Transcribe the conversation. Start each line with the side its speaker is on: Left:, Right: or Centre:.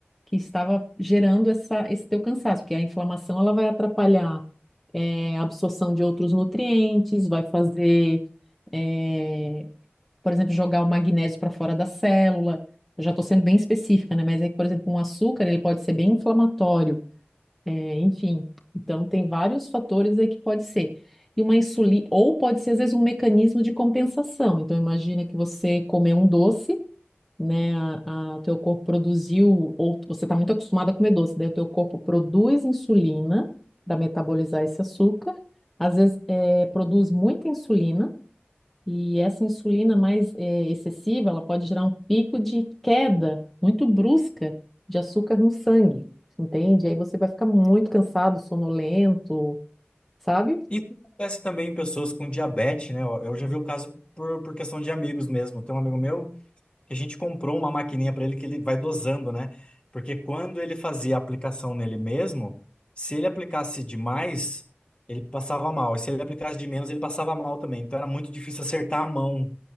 Centre: que estava gerando essa, esse teu cansaço, porque a inflamação ela vai atrapalhar eh, a absorção de outros nutrientes, vai fazer é, por exemplo, jogar o magnésio para fora da célula. Eu já estou sendo bem específica, né? Mas é que, por exemplo, um açúcar ele pode ser bem inflamatório, é, enfim. Então tem vários fatores aí que pode ser. E uma insulina, ou pode ser às vezes um mecanismo de compensação. Então imagina que você comer um doce, né? a- a- O teu corpo produziu, ou você está muito acostumado a comer doce, daí o teu corpo produz insulina para metabolizar esse açúcar. Às vezes é, produz muita insulina e essa insulina mais eh, excessiva, ela pode gerar um pico de queda muito brusca de açúcar no sangue, entende? Aí você vai ficar muito cansado, sonolento, sabe?
Left: Isso acontece também em pessoas com diabetes, né? Eu eu já vi o caso por, por questão de amigos mesmo. Tem um amigo meu que a gente comprou uma maquininha para ele que ele vai dosando, né? Porque quando ele fazia a aplicação nele mesmo, se ele aplicasse demais, ele passava mal. E se ele aplicasse de menos, ele passava mal também. Então era muito difícil acertar a mão.